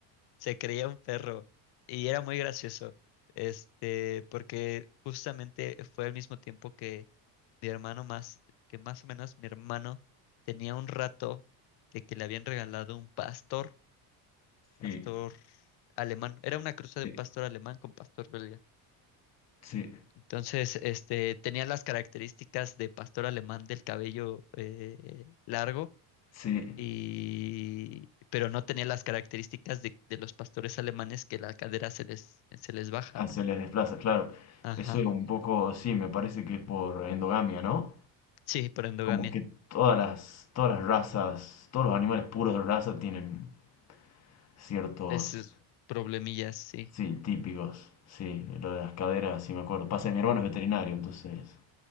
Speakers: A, on the left; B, on the left.
A: se creía un perro y era muy gracioso, este, porque justamente fue al mismo tiempo mi hermano más, que más o menos mi hermano tenía un rato de que le habían regalado un pastor,
B: Sí,
A: pastor alemán. Era una cruza de
B: sí,
A: un pastor alemán con pastor belga.
B: sí,
A: Entonces, este, tenía las características de pastor alemán del cabello eh, largo.
B: sí.
A: Y, pero no tenía las características de, de los pastores alemanes que la cadera se les, se les baja,
B: Ah,
A: ¿no?
B: se les desplaza, claro.
A: Ajá.
B: Eso es un poco, sí, me parece que es por endogamia, ¿no?
A: Sí, por endogamia.
B: Como que todas las, todas las razas, todos los animales puros de raza tienen ciertos
A: Esos problemillas, sí.
B: Sí, típicos. Sí, lo de las caderas, sí me acuerdo. Pasa que mi hermano es veterinario, entonces.